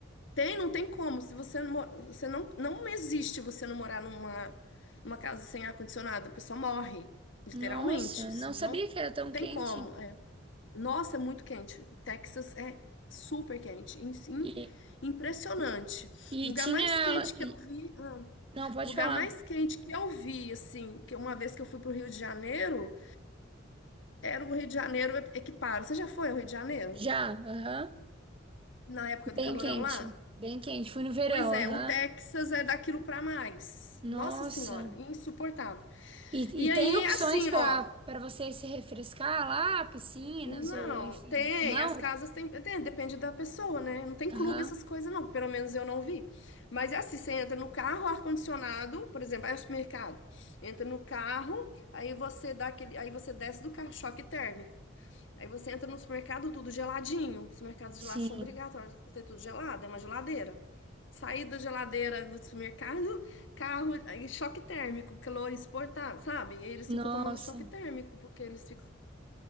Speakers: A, on the left; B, on the right.
A: Tem, não tem como. Se você não, mo- você não, não existe você não morar numa, numa casa sem ar-condicionado, a pessoa morre, literalmente.
B: Nossa,
A: Assim,
B: não sabia
A: não
B: que era tão
A: tem
B: quente.
A: como. É. Nossa, é muito quente. O Texas é super quente, in- in-
B: E,
A: impressionante.
B: e
A: O lugar
B: tinha
A: mais
B: ela.
A: quente que
B: e-
A: eu vi, ah,
B: não, pode
A: o lugar
B: falar.
A: mais quente que eu vi, assim, que uma vez que eu fui pro Rio de Janeiro, era o Rio de Janeiro equiparo. Você já foi ao Rio de Janeiro?
B: Já. Aham.
A: Na época do
B: Bem
A: calorão
B: quente.
A: lá?
B: Bem quente. Fui no verão.
A: Pois é,
B: Aham.
A: o Texas é daquilo pra mais.
B: Nossa.
A: Nossa Senhora, insuportável.
B: E,
A: E
B: e tem
A: aí,
B: opções
A: assim,
B: para
A: ó,
B: para você se refrescar lá, piscinas
A: não,
B: ou enfim.
A: tem,
B: Não?
A: as casas tem, tem, depende da pessoa, né? Não tem clube
B: Aham.
A: essas coisas não, pelo menos eu não vi. Mas é assim, você entra no carro, ar-condicionado, por exemplo, vai ao supermercado, entra no carro, aí você dá aquele, aí você desce do carro, choque térmico. Aí você entra no supermercado, tudo geladinho. Os mercados
B: Sim.
A: gelados são obrigatórios a ter tudo gelado, é uma geladeira. Sair da geladeira do supermercado, carro, aí choque térmico, calor exportado, sabe? E eles ficam
B: Nossa,
A: tomando choque térmico, porque eles ficam